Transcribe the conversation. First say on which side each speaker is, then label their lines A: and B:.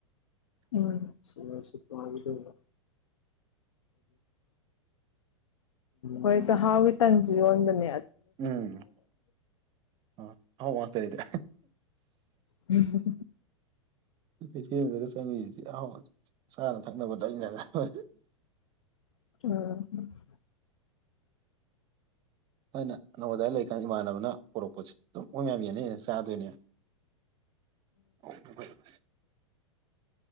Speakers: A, on the left; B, on the right.
A: ꯎꯝ ꯁꯁꯤꯄꯒ ꯍꯣꯏꯁ ꯍꯥꯎ ꯏ ꯇꯪꯁꯤ ꯌꯣꯟꯟꯗꯅꯦ
B: ꯎꯝ ꯍ ꯍꯥꯎ ꯋꯥꯇꯔꯗꯦ
A: ꯎꯝ
B: ꯀꯩꯊꯦꯜꯗ ꯆꯪꯉꯤꯁꯤ ꯑꯍꯥꯎ ꯆꯥꯅ ꯊꯛꯅꯕꯗꯩꯅꯔꯣꯏ
A: <unintelligible>
B: ꯍꯣꯏꯅ ꯅꯪꯧ ꯑꯋꯥꯏ ꯂꯩꯔꯤꯀꯥꯟꯗ ꯏꯃꯥꯟꯅꯕꯅ ꯀꯔꯛꯄꯁꯦ ꯑꯗꯨꯝ ꯃꯣꯏ ꯃꯌꯥꯝ ꯌꯦꯅꯩ ꯆꯥꯗꯣꯏꯅꯦ ꯑꯩꯈꯣꯏꯅꯗꯤ